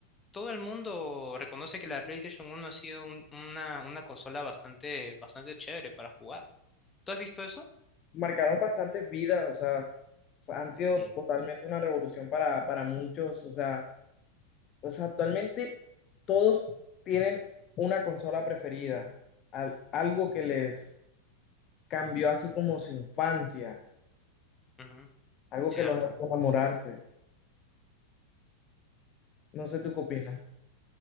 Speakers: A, on the left; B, on the left.
A: todo el mundo reconoce que la PlayStation 1 ha sido un- una, una consola bastante, bastante chévere para jugar. ¿Tú has visto eso?
B: Marcaron bastantes vidas, o sea, o sea, han sido
A: Sí.
B: totalmente una revolución para, para muchos, o sea, o sea, actualmente todos tienen una consola preferida, al- algo que les cambió así como su infancia,
A: Ujú,
B: algo
A: Cierto.
B: que los ha hecho enamorarse. No sé, ¿tú qué opinas?